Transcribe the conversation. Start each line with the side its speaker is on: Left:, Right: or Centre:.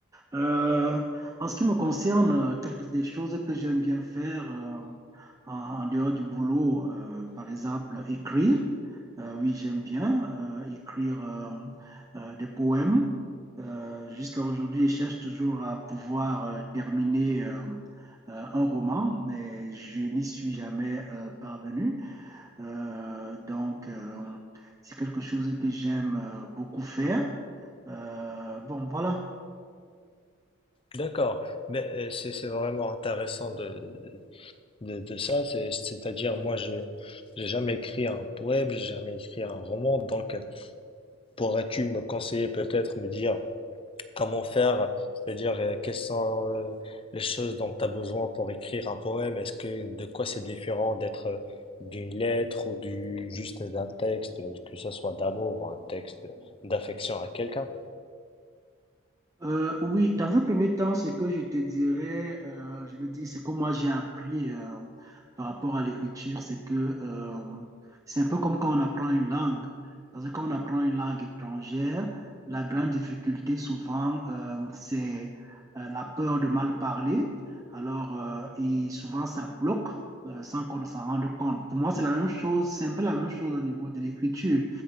Right: Euh, en ce qui me concerne, euh, quelques des choses que j'aime bien faire euh, en, en dehors du boulot, euh, par exemple, écrire. Euh, oui, j'aime bien euh, écrire euh, euh, des poèmes. Euh, jusqu'à aujourd'hui, je cherche toujours à pouvoir euh, terminer euh, euh, un roman, mais je n'y suis jamais euh, parvenu. Euh, donc, euh, c'est quelque chose que j'aime euh, beaucoup faire. Euh, bon, voilà.
Left: D'accord, mais euh, c'est c'est vraiment intéressant de, de, de ça, c'est- c'est-à-dire moi je j'ai jamais écrit un poème, j'ai jamais écrit un roman, donc euh, pourrais-tu me conseiller peut-être, me dire Comment faire, c'est-à-dire euh, quelles sont euh, les choses dont tu as besoin pour écrire un poème? Est-ce que de quoi c'est différent d'être euh, d'une lettre ou du juste d'un texte, euh, que ce soit d'amour ou un texte d'affection à quelqu'un?
Right: Euh, oui, dans un premier temps, ce que je te dirais, euh, je veux dire, ce que moi j'ai appris euh, par rapport à l'écriture, c'est que euh, c'est un peu comme quand on apprend une langue. Parce que quand on apprend une langue étrangère, la grande difficulté souvent, euh, c'est euh, la peur de mal parler. Alors, euh, et souvent, ça bloque euh, sans qu'on s'en rende compte. Pour moi, c'est la même chose, c'est un peu la même chose au niveau de l'écriture.